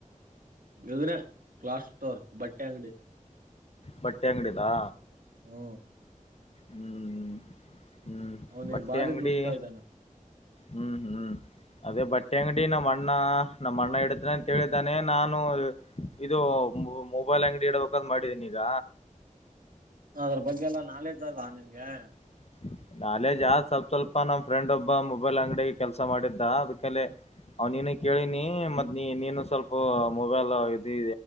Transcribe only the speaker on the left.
ಬಟ್ಟೆ ಅಂಗ್ಡಿದಾ.
ಹ್ಮ್ ಹ್ಮ್
ಬಟ್ಟೆ
ಅಂಗ್ಡಿ.
ಹ್ಮ್ ಹ್ಮ್. ಅದೇ ಬಟ್ಟೆ ಅಂಗ್ಡಿ ನಮ್ ಅಣ್ಣ ನಮ್ ಅಣ್ಣ ಹಿಡತ ಅಂತ ಹೇಳಿದಾನೆ ನಾನು. ಇದು ಮೊಬೈಲ್ ಅಂಗ್ಡಿ ಇಡ್ಬೇಕಂತ್ ಮಾಡಿದೀನಿ ಈಗ.
<unintelligible> ನಾಲೇಜ್ ಆದ್ ಸ್ವಲ್ಪ ಸ್ವಲ್ಪ ನಮ್ ಫ್ರೆಂಡ್ ಒಬ್ಬ ಮೊಬೈಲ್ ಅಂಗ್ಡಿಗೆ ಕೆಲ್ಸ ಮಾಡಿದ್ದ ಅದ್ಕಲೆ ಅವ್ ನೀನೆ ಕೇಳಿನಿ ಮತ್ ನೀ ನೀನು ಸ್ವಲ್ಪ ಮೊಬೈಲ್ ಇದಿ